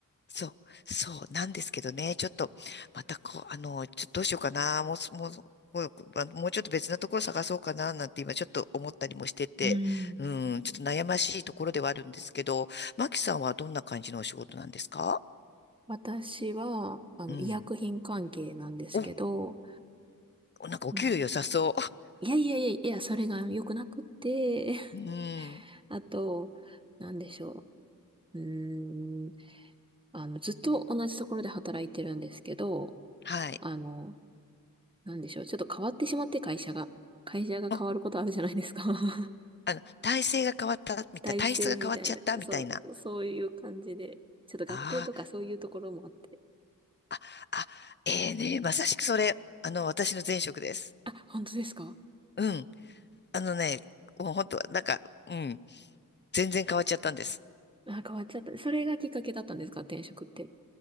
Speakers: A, on the left (about 30°); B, on the right (about 15°).
A: そう、そうなんですけどね、ちょっと、またこう、あの、ちょっとどうしようかな、もうす、もう、もう、まもうちょっと別なところ探そうかな、なんて今ちょっと思ったりもしてて、
B: うん。
A: うん、ちょっと悩ましいところではあるんですけど、マキさんはどんな感じのお仕事なんですか
B: 私は、あの、
A: うん。
B: 医薬品関係なんですけど、
A: お、なんかお給料良さそ
B: まあ、いやいやいやいや、それが良くなくって、
A: う。<laughs> うん、
B: <laughs> あと、なんでしょう。うーん、あの、ずっと同じところで働いてるんですけど、
A: はい。
B: あの、なんでしょう。ちょっと変わってしまって、会社が。会社が変わることあるじゃないですか。
A: お、
B: <laughs>
A: あの、体制が変わった、みたい、
B: 体制みたいな。
A: 体質が変わっちゃった、みたいな。
B: そう、そういう感じで。ちょっと合併とかそういうところもあって。
A: ああ、あ、ええね、まさしくそれ、あの、私の前職です。
B: あ、本当ですか
A: うん。あのね、もう本当、なんか、うん、全然変わっちゃったんです。
B: あ、変わっちゃった。それがきっかけだったんですか転職って。